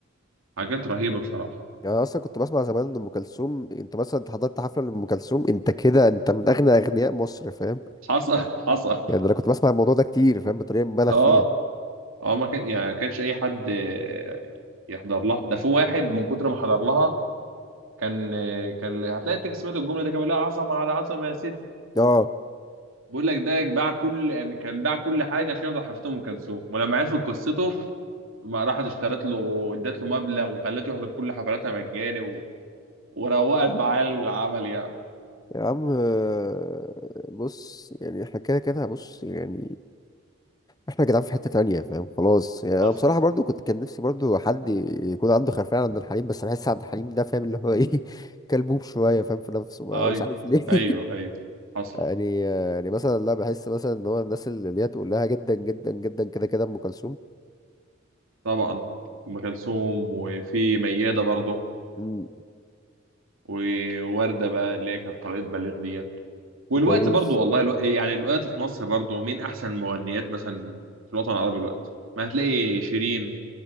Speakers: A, on the right; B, on the left.
A: حاجات رهيبه بصراحه
B: يعني أنا اصلا كنت بسمع زمان ان ام كلثوم انت مثلا أنت حضرت حفله لام كلثوم انت كده انت من اغنى اغنياء مصر فاهم
A: حصل حصل
B: يعني انا كنت بسمع الموضوع ده كتير فاهم بطريقه مبالغ
A: اه
B: فيها
A: اه ما كان يعني ما كانش اي حد آه، يحضر لها ده في واحد من كتر ما حضر لها كان آه، كان هتلاقي التكست سمعت الجمله دي كان بيقول لها عظمه على عظمه يا ست
B: اه
A: بقول لك ده باع كل كان باع كل حاجه عشان يقدر حفلة ام كلثوم ولما عرفوا قصته ما راحت اشترت له ادت له مبلغ وخلته يحضر كل حفلاتها مجاني و... وروقت معاه العمل يعني
B: يا عم آه، بص يعني احنا كده كده بص يعني احنا جدعان في حتة تانية فاهم خلاص يعني
A: حصل
B: انا بصراحة برضو كنت كان نفسي برضو حد يكون عنده خلفية عن عبد الحليم بس بحس عبد الحليم ده فاهم اللي هو ايه <laughs> كلبوب شوية فاهم في نفسه بقى
A: ايوه
B: مش عارف ليه
A: ايوه ايوه
B: <laughs>
A: حصل
B: يعني يعني مثلا لا بحس مثلا ان هو الناس اللي اللي هي تقول لها جدا جدا جدا كده كده ام كلثوم
A: طبعا ام كلثوم وفي مياده برضه
B: مم.
A: وورده بقى اللي هي كانت طريقه بليغ ديت والوقت
B: وفيروز
A: برضه والله الو... يعني الوقت في مصر برضه مين احسن مغنيات مثلا في الوطن العربي الوقت ما هتلاقي شيرين